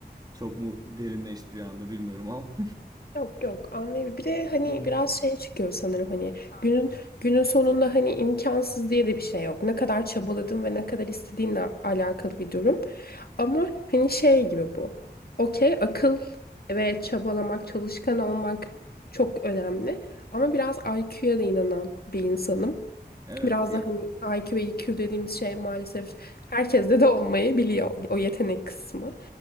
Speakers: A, on the right (about 20°); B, on the left (about 60°).
A: Çok mu derinleşti bir anda bilmiyorum ama.
B: Yok yok anlayabilirim. Bir de hani
A: <laughs>
B: biraz şey çıkıyor sanırım hani günün günün sonunda hani imkansız diye de bir şey yok. Ne kadar çabaladın ve ne kadar istediğinle alakalı bir durum. Ama hani şey gibi bu. Okey akıl ve çabalamak, çalışkan olmak çok önemli. Ama biraz IQ'ya da inanan bir insanım.
A: Evet.
B: Biraz
A: ya-
B: da hani IQ ve EQ dediğimiz şey maalesef herkeste de olmayabiliyor o yetenek kısmı.